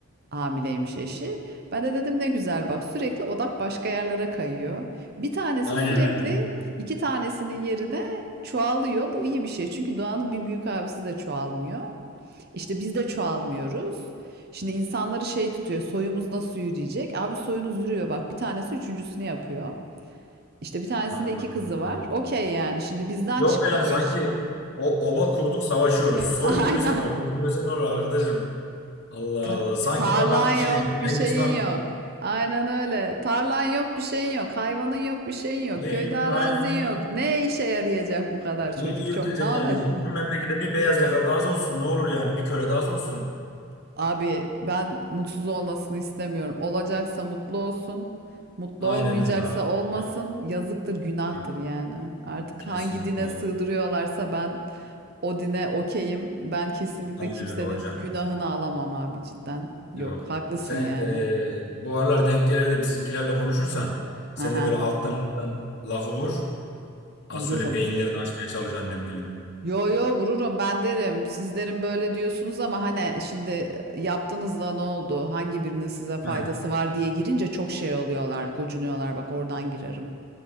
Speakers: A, on the right; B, on the left.
A: Hamileymiş eşi. Ben de dedim ne güzel bak sürekli odak başka yerlere kayıyor. Bir tanesi
B: Aynen
A: sürekli
B: aynen. <laughs>
A: iki tanesinin yerine çoğalıyor. Bu iyi bir şey çünkü doğanın bir büyük abisi de çoğalmıyor. İşte biz de çoğalmıyoruz. Şimdi insanları şey tutuyor soyumuz nasıl yürüyecek? Abi soyunuz yürüyor bak bir tanesi üçüncüsünü yapıyor. İşte bir tanesinde
B: Hmm.
A: iki kızı var. Okey yani şimdi bizden
B: Yok
A: çıktı
B: be yani
A: o
B: sanki
A: iş.
B: o oba kurduk savaşıyoruz.
A: <laughs>
B: Soyun
A: Aynen.
B: yürüse ne olur, yürümese ne olur arkadaşım. Allah
A: Ta-
B: Allah. Sanki
A: tarlan
B: bana
A: yok,
B: şey
A: bir
B: Cengiz
A: şeyin
B: Han.
A: yok. Aynen öyle. Tarlan yok, bir şeyin yok. Hayvanın yok, bir şeyin yok.
B: Niye
A: Köyde
B: yürü?
A: arazin
B: Aynen öyle.
A: yok. Ne işe yarayacak bu kadar
B: Niye
A: çocuk?
B: yürüteceksin
A: Çok ne olacak?
B: yani? Bu memlekette bir beyaz yakalı daha az olsun. Ne olur yani? Bir köle daha az olsun.
A: <laughs> Abi ben mutsuz olmasını istemiyorum. Olacaksa mutlu olsun. Mutlu
B: Aynen
A: olmayacaksa
B: öyle abi.
A: olmasın.
B: Aynen.
A: Yazıktır, günahtır
B: öyle.
A: yani. Artık
B: Kesinlikle
A: hangi dine
B: var.
A: sığdırıyorlarsa ben o dine okeyim. Ben kesinlikle
B: Aynen
A: kimsenin
B: öyle hocam.
A: günahını alamam abi cidden. Yok,
B: Yok.
A: haklısın
B: Sen
A: yani.
B: eee, bu aralar denk gelir de bizimkilerle konuşursan sen
A: Aha,
B: de böyle alttan alttan lafı vur. Az
A: vururum.
B: şöyle beyinlerini açmaya çalış annemgilin.
A: Yo yo vururum ben derim. Siz derim böyle diyorsunuz ama hani şimdi yaptığınızda ne oldu? Hangi birinin size faydası
B: Heh.
A: var diye girince çok şey oluyorlar, gocunuyorlar. Bak oradan girerim.